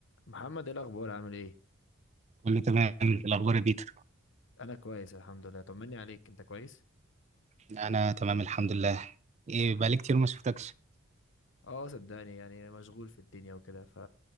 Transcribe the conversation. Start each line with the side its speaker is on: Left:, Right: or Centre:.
Left: محمد ايه الاخبار عامل ايه
Right: كله تمام الأخبار يا بيتر
Left: انا كويس الحمد لله طمني عليك انت كويس
Right: أنا تمام الحمد لله إيه بقالي كتير ما شفتكش
Left: اه صدقني يعني مشغول في الدنيا وكده ف